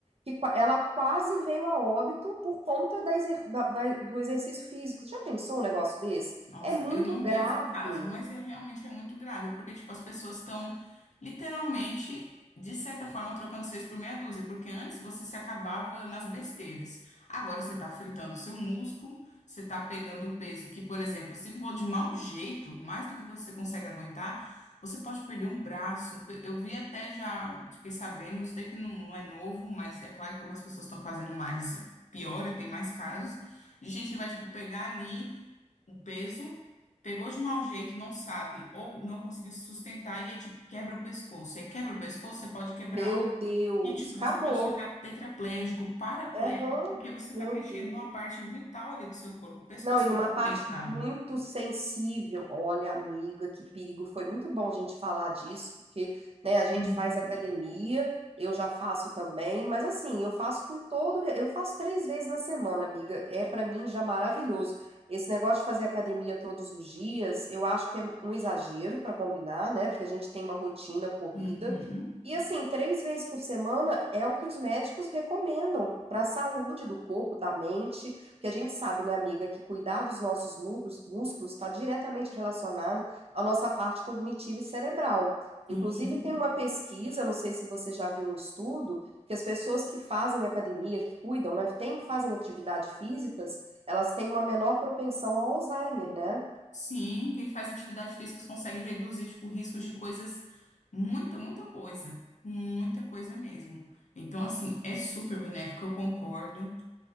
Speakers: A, on the right; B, on the left.
A: que qua- ela quase veio a óbito por conta da exer- da- da- do exercício físico. Você já pensou um negócio desse?
B: Nossa,
A: É muito
B: eu não
A: grave.
B: vi esse caso, mas é realmente é muito grave, porque tipo as pessoas estão literalmente de certa forma trocando seis por meia dúzia, porque antes você se acabava nas besteiras. Agora você está fritando o seu músculo, você está pegando um peso que, por exemplo, se for de mau jeito, mais do que você consegue aguentar, você pode perder um braço. um pe- Eu vi até já, fiquei sabendo, isso daí que não, não é novo, mas é claro que como as pessoas estão fazendo mais, piora, tem mais casos de gente que vai tipo pegar ali um peso, pegou de mau jeito, não sabe, ou não conseguiu se sustentar, e aí, tipo, quebra o pescoço. Aí quebra o pescoço, você pode quebrar
A: Meu
B: algo
A: Deus,
B: que, tipo,
A: acabou.
B: você pode ficar tetraplégico, paraplégico,
A: Aham,
B: porque você
A: Meu
B: tá mexendo
A: Deus.
B: numa parte vital ali do seu corpo. O pescoço
A: Não, e
B: é
A: uma
B: muito
A: parte
B: delicado.
A: muito sensível. Olha, amiga, que perigo. Foi muito bom a gente falar disso, porque, né, a gente
B: Uhum.
A: faz academia, eu já faço também, mas assim, eu faço com todo, re- eu faço três vezes na semana, amiga. É pra mim já maravilhoso. Esse negócio de fazer academia todos os dias, eu acho que é um exagero para combinar, né? Porque a gente tem uma rotina corrida.
B: Uhum.
A: E assim, três vezes por semana é o que os médicos recomendam para a saúde do corpo, da mente. Porque a gente sabe, né, amiga, que cuidar dos nossos músculos músculos está diretamente relacionado à nossa parte cognitiva e cerebral.
B: Sim.
A: Inclusive, tem uma pesquisa, não sei se você já viu um estudo, que as pessoas que fazem academia, que cuidam, né, tem, fazem atividade físicas, elas têm uma menor propensão ao Alzheimer, né?
B: Sim, quem faz atividade física consegue reduzir, tipo, riscos de coisas, muita, muita coisa, muita coisa mesmo. Então, assim, é super benéfico, eu concordo.